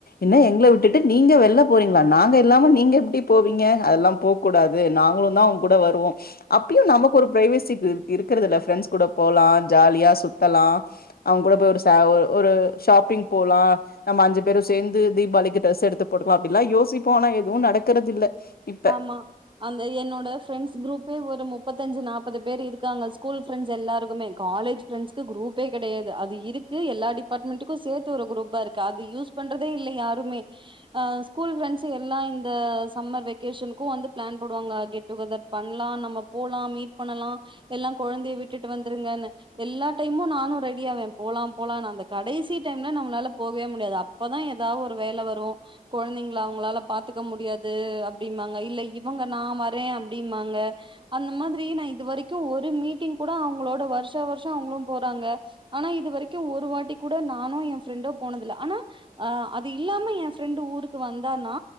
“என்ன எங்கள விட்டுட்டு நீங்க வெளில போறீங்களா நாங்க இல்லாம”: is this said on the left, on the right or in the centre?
Left